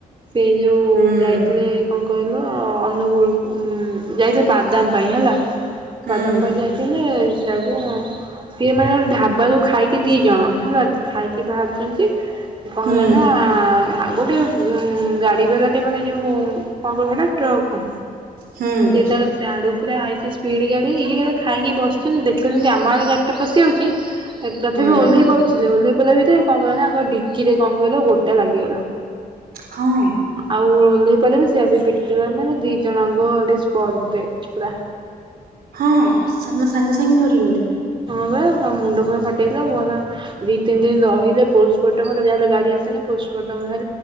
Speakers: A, on the right (about 35°); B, on the right (about 80°).
A: ସେ ଯୋଉ
B: ହୁଁ
A: ଯାଇଥିଲେ କଣ କହିଲ ଅନୁଗୁଳ ଯାଇଥିଲେ ବାଦାମ ହେଲା
B: ହୁଁ
A: ବାଦାମ ଯାଇଥିଲେ ସେୟାକୁ ସିଏ ମାନେ ଗୋଟେ ଢ଼ାବା ବା ଖାଇକି ଦୁଇ ଜଣ ହେଲା ଖାଇକି ବାହାରୁଛନ୍ତି କଣ
B: ହୁଁ
A: ହେଲା ନା ଗୋଟେ ଉ ଗାଡି ବାଲାଟେ ମାନେ ଯୋଉ କଣ କହିଲ ଟ୍ରକ୍ ସିଏ
B: ହୁଁ
A: ତାର ସିଆଡୁ ପୁରା ହେଇଛି ସ୍ପିଡ ଗାଡି ଇଏ ଖାଇକି ବସିଛନ୍ତି ଦେଖୁଛନ୍ତି ଆମର ଇଆଡ଼େ ପଶିଆଉଛି ତଥାପି
B: ହୁଁ
A: ଓଲ୍ଲେଇ ପଡୁଥିଲେ ତ କଣ କହିଲ ନା ଡିକିରେ କଣ କହିଲ ଗୋଡ ଟା ଲାଗିଗଲା
B: ହଁ।
A: ଆଉ ଓଲ୍ଲେଇ ପାଇଲେନି ସେ ଆସି ପିଟିଗଲା ମାନେ ଦି ଜଣ ବ ସ୍ପଟ ଡେଟ ପୁରା।
B: ହଁ ସେ ସାଙ୍ଗେ ସାଙ୍ଗେ ମରିଗଲେ।
A: ହଁ ପା ମୁଣ୍ଡ ପୁଣ୍ଡ ଫାଟିଯାଇଥିଲା ଗଲା ଦିଇ ତିନି ଦିନି ରହିଲେ ପୋଷ୍ଟମର୍ଟମ ହେଲେ ଯାହା ହେଲେ ଗାଡି ଆସେନି ପୋଷ୍ଟମର୍ଟମ ହେଲେ